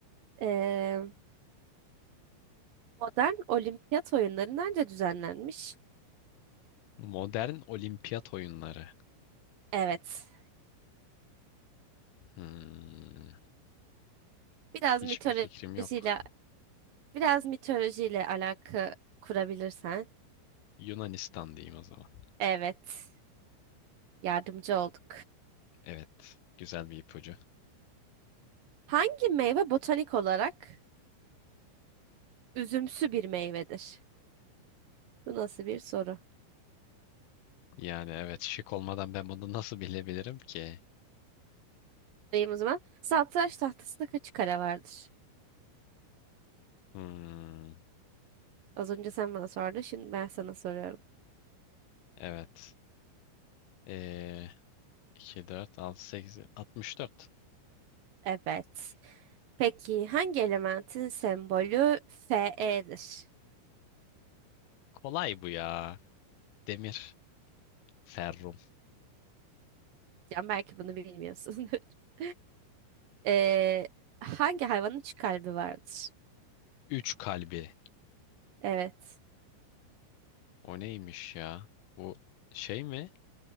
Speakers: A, on the right (about 70°); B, on the left (about 80°).
A: Ee, modern olimpiyat oyunları nerede düzenlenmiş?
B: Modern olimpiyat oyunları.
A: Evet.
B: Hmm,
A: Biraz
B: hiçbir
A: mitolojiyle
B: fikrim yok.
A: biraz mitolojiyle alaka kurabilirsen.
B: Yunanistan diyeyim o zaman.
A: Evet. Yardımcı olduk.
B: Evet, güzel bir ipucu.
A: Hangi meyve botanik olarak üzümsü bir meyvedir? Bu nasıl bir soru?
B: Yani evet, şık olmadan ben bunu nasıl bilebilirim ki?
A: Sorayım o zaman. Satranç tahtasında kaç kare vardır?
B: Hmm,
A: Az önce sen bana sordun, şimdi ben sana soruyorum.
B: evet. Ee, iki, dört altı sekiz altmış dört.
A: Evet. Peki hangi elementin sembolü Fe'dir?
B: Kolay bu ya. Demir, ferrum.
A: Yani belki bunu bilmiyorsun. <laughs> Ee, hangi hayvanın üç kalbi vardır?
B: 3 kalbi.
A: Evet.
B: O neymiş ya? Bu şey mi?